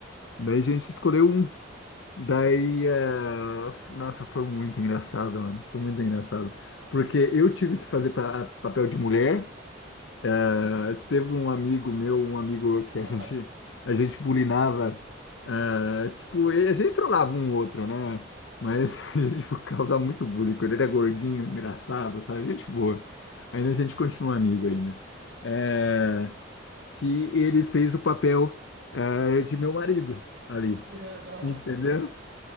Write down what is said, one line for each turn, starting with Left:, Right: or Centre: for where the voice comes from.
Left: Daí a gente escolheu um. Daí. eh, Nossa, foi muito engraçado, mano. Foi muito engraçado. Porque eu tive que fazer pra, papel de mulher. Ah, teve um amigo meu, um amigo que
Right: Nossa.
Left: a gente a gente bulinava, ah, tipo, e a gente trollava um outro, né? Mas
Right: Aham.
Left: <laughs> a gente tipo, causava muito bullying. com Ele Ele era gordinho, engraçado, sabe? Gente boa. Ainda a gente continua amigo ainda. É, que ele fez o papel, eh, de meu marido ali,
Right: <laughs> Nossa,
Left: entendeu?
Right: e aí?